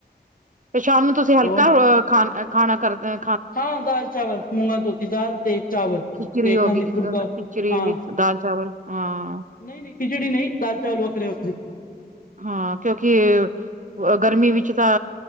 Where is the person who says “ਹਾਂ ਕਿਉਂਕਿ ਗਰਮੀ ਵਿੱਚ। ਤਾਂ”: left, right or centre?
Right